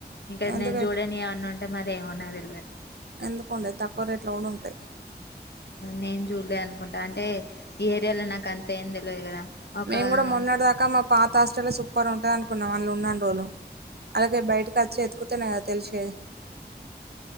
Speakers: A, on the left; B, on the right.
A: ఇంకా
B: ఎందుకు
A: నేను చూడని ఏమన్నా ఉంటే మరి ఏమన్నదిల్
B: ఎందుకుండే తక్కువ రేట్లు కూడ ఉంటాయి
A: నేను చూడలే అనుకుంటా అంటే ఈ ఏరియాలో నాకు అంత ఏం తెలియదు కదా ఒక
B: మేము కూడా మొన్నడదాక మా పాత హాస్ట సూపర్ ఉంటుంది అనుకున్నాం వాళ్ళు ఉన్నాను రోజు అలాగే బయటకి వచ్చి ఎతుకుతునే కదా తెలిసేది